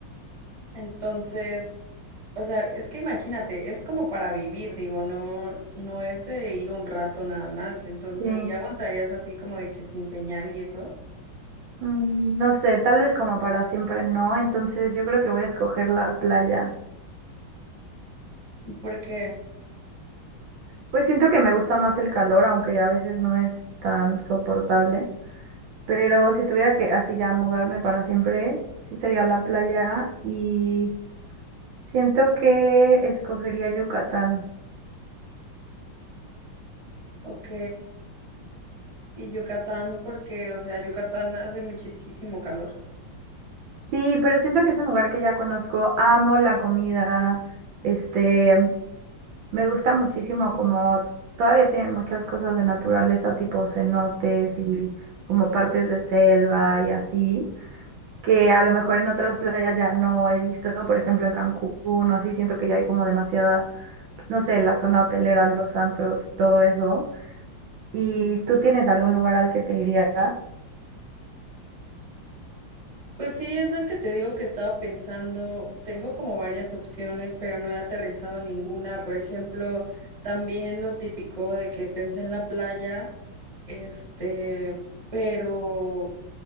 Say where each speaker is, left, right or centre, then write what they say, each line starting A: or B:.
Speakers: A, on the right (about 20°); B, on the right (about 70°).
A: Entonces, o sea, es que imagínate, es como para vivir, digo, no, no es de ir un rato nada más. Entonces,
B: Sí,
A: ¿ya aguantarías así como de que sin señal y eso?
B: mm, no sé, tal vez como para siempre no, entonces yo creo que voy a escoger la playa.
A: ¿Por qué?
B: Pues siento que me gusta más el calor, aunque a veces no es tan soportable. Pero si tuviera que así ya mudarme para siempre, sí sería la playa y siento que escogería Yucatán.
A: Ok. Y Yucatán, porque, o sea, Yucatán hace muchísimo calor.
B: Sí, pero siento que es un lugar que ya conozco, amo la comida, este, me gusta muchísimo como todavía tienen muchas cosas de naturaleza, tipo cenotes y como partes de selva y así. que a lo mejor en otras playas ya no he visto, por ejemplo en Cancún o así, siento que ya hay como demasiada, pues, no sé, la zona hotelera, los antros, todo eso. ¿Y tú tienes algún lugar al que te irías?
A: Pues sí, es lo que te digo que estaba pensando. Tengo como varias opciones, pero no he aterrizado ninguna. Por ejemplo, también lo típico de que pensé en la playa, este, pero